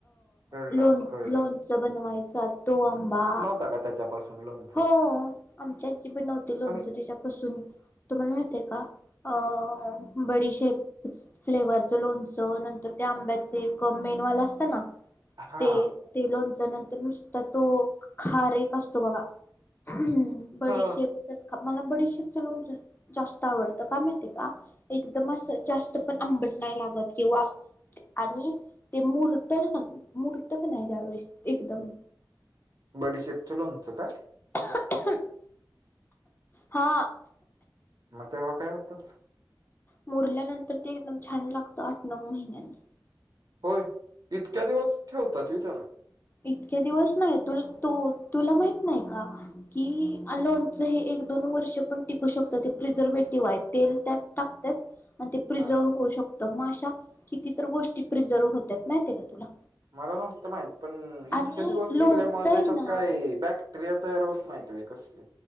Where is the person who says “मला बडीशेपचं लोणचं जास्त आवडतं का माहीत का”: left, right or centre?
Left